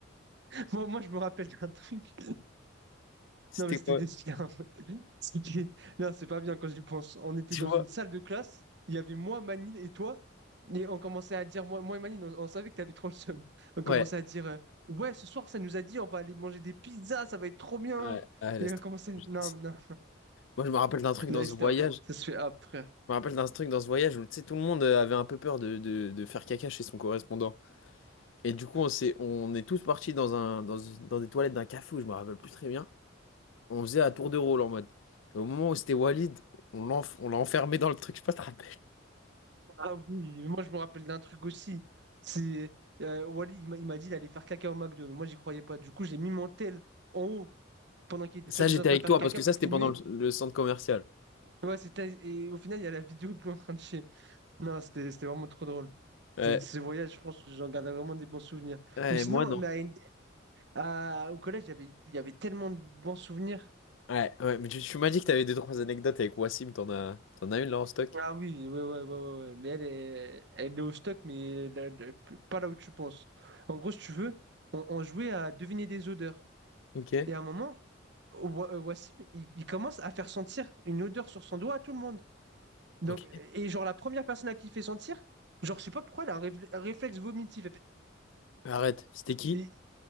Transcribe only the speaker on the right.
<laughs> Moi, moi, je me rappelle d'un truc.
Non, mais c'était
des scams. <laughs> C'est que- Non, c'est pas bien quand j'y pense. On était
dans
une salle de classe, il y avait moi, Manil et toi, et on commençait à dire, moi, moi et Manil, on, on savait que t'avais trop le seum. On commençait
à dire, euh, ouais, ce soir, ça nous a dit, on va aller manger des pizzas, ça va être trop bien.
Et on
commençait,
non, mais non,
la
histoire,
ça se fait après.
Ah oui, moi, je me rappelle d'un truc aussi. C'est euh, Wally, il m'a il m'a dit d'aller faire caca au McDo, mais moi, j'y croyais pas. Du coup, j'ai mis mon tel en haut pendant qu'il était
soi-disant
en train
de faire
caca
pour
filmer.
Ouais, c'était. Et au final, il y a la vidéo de lui en train de chier. Non, c'était c'était vraiment trop drôle.
C'est- Ces voyages, je pense, que j'en garde vraiment des bons souvenirs.
Ou sinon,
mais à une- à- au collège, il y avait, il y avait tellement de bons souvenirs.
Ah oui, ouais, ouais, ouais, ouais. ouais. Mais elle est, elle est au stock, mais là- là, pas là où tu penses. En gros, si tu veux, on, on jouait à deviner des odeurs.
Et à un moment, Wa- euh, Wassim, il, il commence à faire sentir une odeur sur son doigt à tout le monde. Donc,
et genre, la première personne à qui il fait sentir, genre, je sais pas pourquoi, elle a un réfl- un réflexe vomitif.
Et-